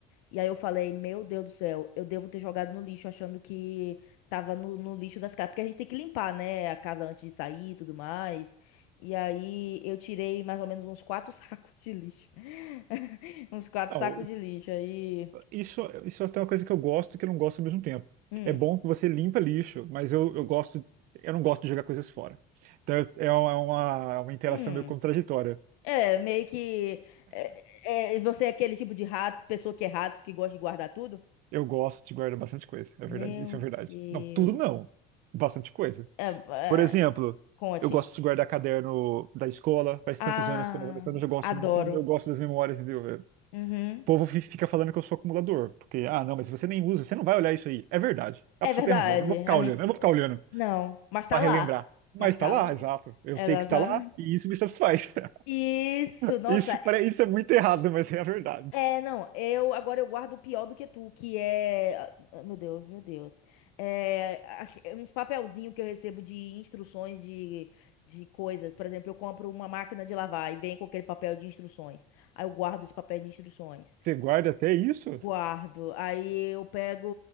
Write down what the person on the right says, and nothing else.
<laughs> Não,
isso, isso é até uma coisa que eu gosto e que eu não gosto ao mesmo tempo.
É bom que você limpa lixo, mas eu, eu gosto. Eu não gosto de jogar coisas fora. Então é uma, é uma, é uma interação
meio contraditória.
Eu gosto de guardar bastante coisa. É
verdade. Isso é verdade.
Não, tudo não. Bastante coisa.
Por exemplo,
eu gosto de guardar caderno da escola, faz
tantos anos que eu não vou na escola, mas eu gosto,
eu gosto das memórias, entendeu? É, O
povo fi- fica falando que eu sou acumulador, porque, ah, não, mas você nem usa, você não vai olhar isso aí. É verdade, a
pessoa
tem razão, eu não vou ficar
olhando,
eu não vou ficar
olhando
pra relembrar.
Mas
tá lá,
exato, eu
sei que está lá e isso me satisfaz. <laughs>
Isso, pare- isso é muito errado, mas é a verdade.
Você guarda até isso?